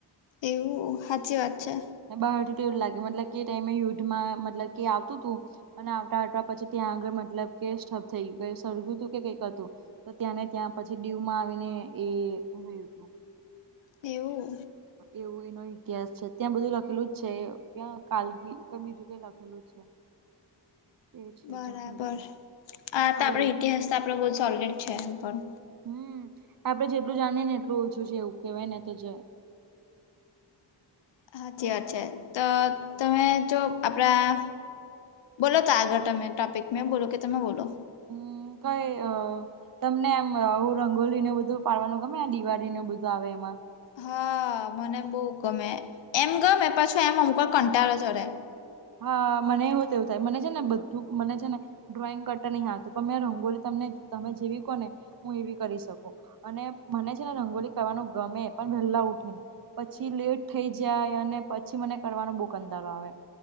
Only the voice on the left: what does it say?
એવું સાચી વાત છે.
એવું.
બરાબર
આ તો
આપડો
ઇતિહાસ તો આપડ બહ સોલડ છે એમ પણ.
હાચી વાત છે તો તમે જો આપણા. બોલો તો આગળ તમે ટોપિકમાં બોલો કે તમે બોલો.
હા મને બહુ ગમે એમ ગમે પાછું એમ અમુક કંટાકળ જોરે